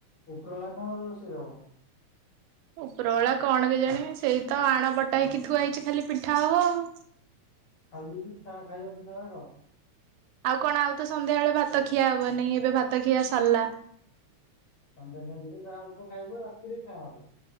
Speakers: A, on the left; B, on the right.
A: ଉପରଳା କଣ ରୋଷେଇ ହବ?
B: ଉପରଓଳା କଣ କେଜାଣି ସେଇତ ଆଣ ବଟା ହେଇକି ଥୁଆ ହେଇଛି ଖାଲି ପିଠା ହବ ଆଉ।
A: ଖାଲି ପିଠା ଖାଇବାକୁ ନବାକ।
B: ଆଉ କଣ ଆଉ ତ ସନ୍ଧ୍ୟାବେଳେ ଭାତ ଖିଆ ହେବନି ଏବେ ଭାତ ଖିଆ ସରିଲା।
A: ସନ୍ଧ୍ୟା ଟାଇମରେ ଯାହା ଅଳ୍ପ ଖାଇବ ରାତିରେ ଖାଆହବ।